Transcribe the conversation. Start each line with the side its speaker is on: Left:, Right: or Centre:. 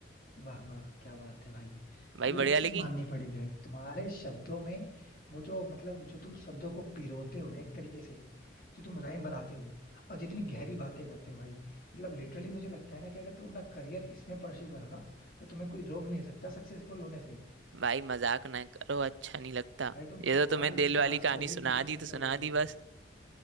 Left: वाह वाह क्या बात है भाई
Right: भाई
Left: ये
Right: बढ़िया
Left: एक चीज
Right: लगी
Left: माननी पड़ेगी भाई तुम्हारे शब्दों में वो जो मतलब जो तुम शब्दों को पिरोते हो ना एक तरीके से जो तुम राइम बनाते हो और जितनी गहरी बातें करते हो भाई मतलब लिटरली मुझे लगता है ना कि अगर तुम अपना करियर इसमें परस्यू करो ना तो तुम्हें कोई रोक नहीं सकता सक्सेसफुल होने से
Right: भाई मजाक ना करो अच्छा नहीं लगता
Left: भाई तुम
Right: ये
Left: कुमार
Right: तो तुम्हें
Left: विश्वास
Right: दिल वाली कहानी
Left: को भी
Right: सुना
Left: पीछे
Right: दी
Left: कर
Right: तो
Left: दोगे
Right: सुना दी बस